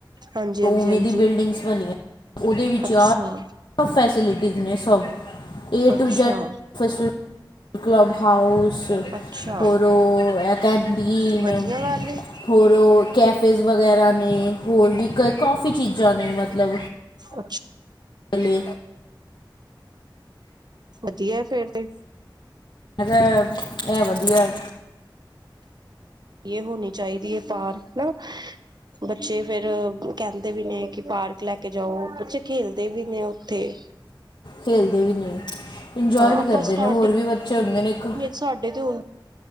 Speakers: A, on the right; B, on the left.
A: ਹਾਂਜੀ
B: ਟੂ
A: ਹਾਂਜੀ
B: ਮੇਰੀ
A: ਹਾਂਜੀ
B: ਬਿਲਡਿੰਗਸ ਬਨਿਆਂ, ਉਹਦੇ ਵਿੱਚ
A: ਅੱਛਾ
B: ਆ ਸਬ ਫੈਸਿਲਿਟੀਜ਼ ਨੇ ਸਬ, ਏ
A: ਅੱਛਾ
B: ਟੂ ਜੈਡ ਫੇਸੀ ਕਲੱਬ ਹਾਊਸ
A: ਅੱਛਾ
B: ਔਰ ਉਹ ਐਕੇਡਮੀਨ।
A: ਵਧੀਆ ਗੱਲ ਏ
B: ਹੋਰ ਉਹ ਕੈਫੇਜ਼ ਵਗੈਰਾ ਨੇ, ਹੋਰ ਵੀ ਕ ਕਾਫੀ ਚੀਜ਼ਾਂ ਨੇ ਮਤਲਬ।
A: ਅੱਛ
B: ਹੱਲੇ।
A: ਵਧੀਆ ਏ ਫੇਰ ਤੇ।
B: ਮੈਂ ਕਿਹਾ ਇਹ ਵਧੀਆ।
A: ਇਹ ਹੋਣੀ ਚਾਹੀਦੀ ਏ ਪਾਰਕ ਨ ਬੱਚੇ ਫਿਰ ਕੈਂਦੇ ਵੀ ਨੇ ਕਿ ਪਾਰਕ ਲੈ ਕੇ ਜਾਔ, ਬੱਚੇ ਖੇਲਦੇ ਵੀ ਨੇ ਔ <unintelligible>
B: ਖੇਲਦੇ ਵੀ ਨੇ, ਇੰਜੋਏ ਵੀ
A: ਆਪਾਂ
B: ਕਰਦੇ
A: ਸਟਾਰਟਿੰਗ
B: ਨੇ ਹੋਰ ਵੀ ਬੱਚੇ ਹੁੰਦੇ ਨੇ ਇੱਕ
A: ਸਾਡੇ ਤੇ ਹੁਣ